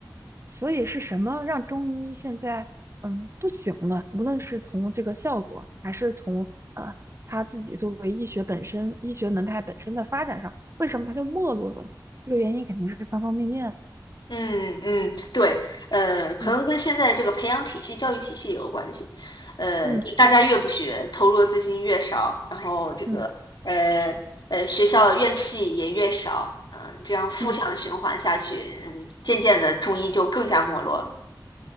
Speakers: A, on the right; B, on the left.
A: 所以是什么让中医现在嗯不行呢？无论是从这个效果，还是从呃他自己作为医学本身、医学门派本身的发展上，为什么他就没落了呢？这个原因肯定是方方面面。
B: 嗯嗯，对，呃，可能跟现在这个培养体系、
A: 嗯
B: 教育体系也有关系，呃，
A: 嗯
B: 就大家越不学，投入的资金越少，然后这个呃呃学校院系也越少，
A: 嗯
B: 嗯、这样负向循环下去，
A: 嗯。
B: 嗯，渐渐的中医就更加没落了，